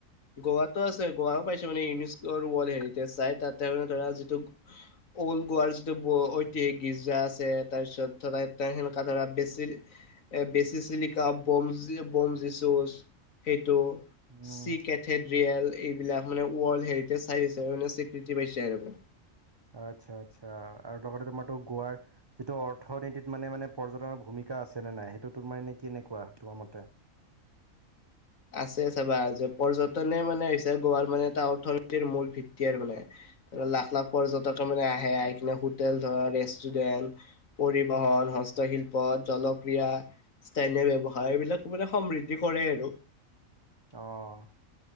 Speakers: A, on the left (about 75°); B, on the right (about 25°).
A: গোৱাতো আছে, গোৱাও পাইছোঁ, মানে ইউনিস্কো ৱৰ্ল্ড হেৰিটেজ চাইট, তাতে মানে ধৰা যিটো অল্ড গোৱাৰ যিটো ব-ঐতিহাসিক গীৰ্জা আছে, তাৰপিছত ধৰা সেনেকা ধৰা বেছি এ, বেচিচিলিকা, বম-বম যিছুজ সেইটো।
B: উম,
A: চি কেথেড্ৰিয়েল এইবিলাক মানে ৱৰ্ল্ড হেৰিটেজ চাইট, হিচাপে স্বীকৃতি পাইছে আৰু।
B: আচ্ছা, আচ্ছা আৰু লগতে তোমাৰতো গোৱাৰ যিটো অৰ্থনীতিত মানে, মানে পৰ্যটনৰ ভূমিকা আছেনে নাই? সেইটো তোমাৰ এনে কেনেকুৱা তোমাৰ মতে?
A: আছে চাবা যে, পৰ্যটনে মানে হৈছে গোৱাৰ মানে এটা অৰ্থনীতিৰ মূল ভিত্তি আৰু মানে। লাখ, লাখ পৰ্যটকে মানে আহে, আহি কিনে হোটেল ধৰা ৰেষ্টুৰেণ্ট পৰিবহন, হস্তশিল্প, জলক্ৰিয়া। স্থানীয় ব্যৱসায়, এইবিলাক মানে সমৃদ্ধি কৰে আৰু।
B: অ',